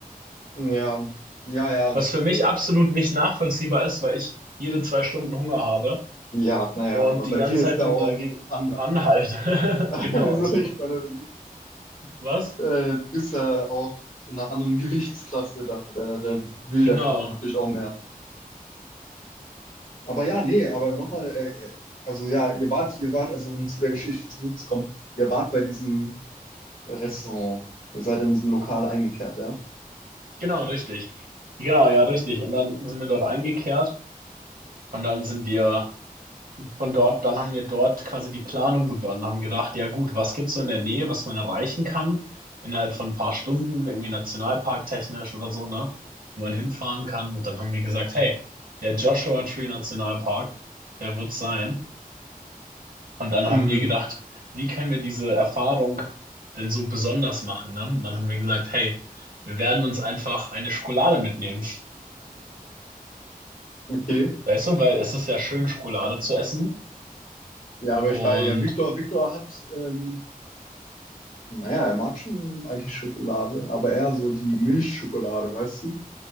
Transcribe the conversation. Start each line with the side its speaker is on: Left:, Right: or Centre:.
Left: Ja, ja, ja,
Right: Was
Left: das,
Right: für mich
Left: äh,
Right: absolut nicht nachvollziehbar ist, weil ich jede zwei Stunden Hunger habe
Left: ja, naja,
Right: und
Left: aber bei
Right: die ganze
Left: dir ist
Right: Zeit
Left: er
Right: nur
Left: auch
Right: dagegen
Left: anders.
Right: anhalte.
Left: <laughs>
Right: <laughs> Genau,
Left: Also
Right: ich habe.
Left: ich meine,
Right: Was?
Left: Äh, du bist ja auch in einer anderen <laughs> Gewichtsklasse da. Der, der will
Right: Genau,
Left: der Körper natürlich auch mehr. Aber ja, nee, aber nochmal, äh, äh, also ja, ihr wart, ihr wart, also um zu der Geschichte zurückzukommen, ihr wart bei diesem Restaurant. Ihr seid in diesem Lokal eingekehrt, ja?
Right: genau, richtig. Genau, ja, richtig. Und dann sind wir dort eingekehrt und dann sind wir Von dort, dann haben wir dort quasi die Planung begonnen, haben gedacht, ja gut, was gibt's so in der Nähe, was man erreichen kann, innerhalb von ein paar Stunden, irgendwie nationalparktechnisch oder so, ne, wo man hinfahren kann. Und dann haben wir gesagt, hey, der Joshua Tree Nationalpark, der wird sein. Und dann
Left: Mhm,
Right: haben wir gedacht, wie können wir diese Erfahrung denn so besonders machen, ne? Und dann haben wir gesagt, hey, wir werden uns einfach eine Schokolade mitnehmen.
Left: okay.
Right: Weißt du, weil es ist ja schön, Schokolade zu essen.
Left: Ja, aber
Right: Und
Left: ich war ja, Viktor, Viktor hat, ähm, naja, er mag schon eigentlich Schokolade, aber eher so die Milchschokolade, weißt du?